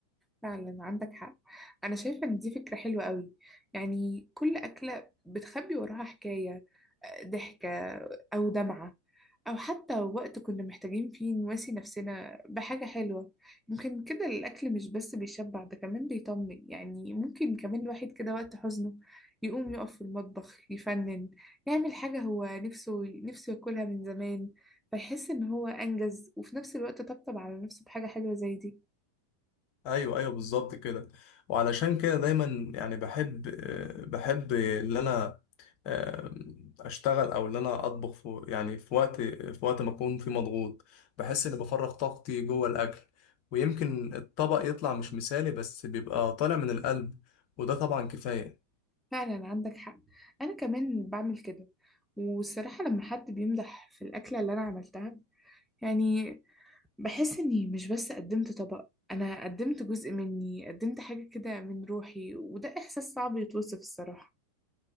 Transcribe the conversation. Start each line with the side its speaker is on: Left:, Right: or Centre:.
Centre: فعلا عندك حق انا شايفه ان دي فكره حلوه قوي يعني كل اكله بتخبي وراها حكايه آه، ضحكه او دمعه او حتى وقت كنا محتاجين فيه نواسي نفسنا بحاجه حلوه يمكن كده الاكل مش بس بيشبع ده كمان بيطمن يعني ممكن كمان الواحد كده وقت حزنه يقوم يقف في المطبخ يفنن يعمل حاجه هو نفسه نفسه ياكلها من زمان فيحس ان هو انجز وفي نفس الوقت طبطب على نفسه بحاجه حلوه زي دي
Left: ايوه ايوه بالظبط كده وعلشان كده دايما يعني بحب آه، بحب ان انا آه، اشتغل او ان انا اطبخ في يعني في وقت في وقت ما اكون فيه مضغوط بحس اني بفرغ طاقتي جوه الاكل ويمكن الطبق يطلع مش مثالي بس بيبقى طالع من القلب وده طبعا كفاية
Centre: فعلا عندك حق انا كمان بعمل كده والصراحة لما حد بيمدح في الأكلة اللي أنا عملتها يعني بحس إني مش بس قدمت طبق أنا قدمت جزء مني قدمت حاجة كده من روحي وده إحساس صعب يتوصف الصراحة